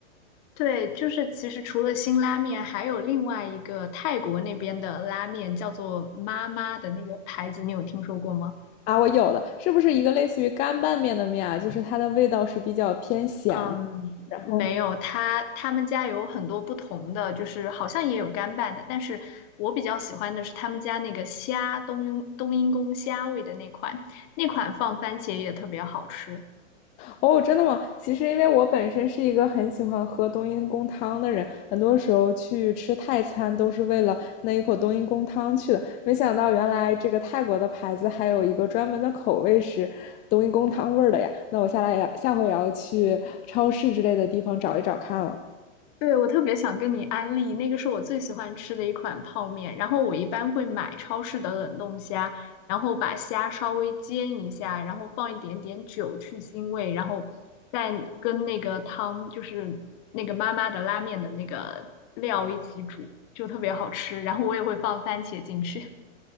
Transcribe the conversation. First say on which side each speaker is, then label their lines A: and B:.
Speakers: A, on the left; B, on the left.
A: 对，就是其实除了辛拉面，还有另外一个泰国那边的拉面，叫做妈妈的那个牌子，你有听说过吗？
B: 啊，我有的，是不是一个类似于干拌面的面啊？就是它的味道是比较偏咸的
A: 嗯，
B: 然后，
A: 没有，他他们家有很多不同的，就是好像也有干拌的，但是我比较喜欢的是他们家那个虾冬阴冬阴功虾味的那款，那款放番茄也特别好吃。
B: 哦，真的吗？其实因为我本身是一个很喜欢喝冬阴功汤的人，很多时候去吃泰餐都是为了那一口冬阴功汤去的。没想到原来这个泰国的牌子还有一个专门的口味是冬阴功汤味儿的呀。那我下来也下回也要去超市之类的地方找一找看了。
A: 对，我特别想跟你安利，那个是我最喜欢吃的一款泡面。然后我一般会买超市的冷冻虾，然后把虾稍微煎一下，然后放一点点酒去腥味，然后再跟那个汤，就是那个妈妈的拉面的那个料一起煮，就特别好吃。然后我也会放番茄进去。